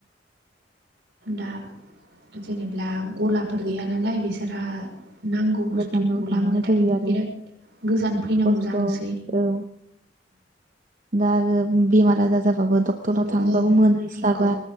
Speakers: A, on the right; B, on the right.
A: दा जेनेबा गलाफोर गैया नालाय बिसोर नांगौ बुस्थुखौ
B: गोजानाव थांनांगौ
A: लांनो थाखायबो
B: जायो आरो
A: बिराद गोजान फैनांगौ
B: खस्थ'
A: जानोसै।
B: औ दा आरो बेमार आजार जाबाबो डक्टराव
A: औ
B: थांबाबो
A: औ
B: मोनहैस्लाबा
A: नंगौ